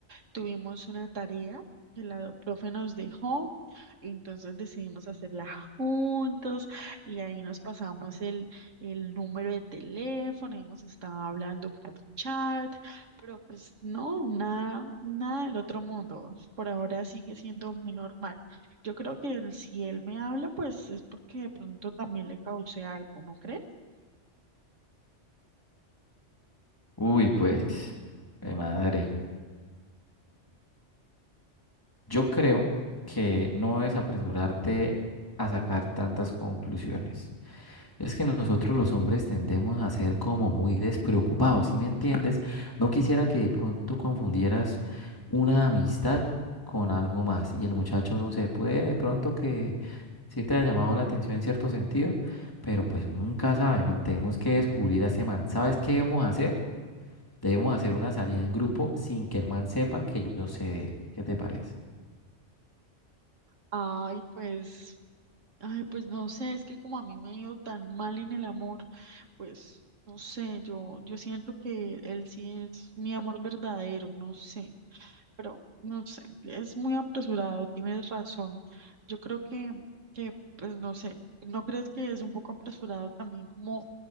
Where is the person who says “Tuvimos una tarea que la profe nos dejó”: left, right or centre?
Right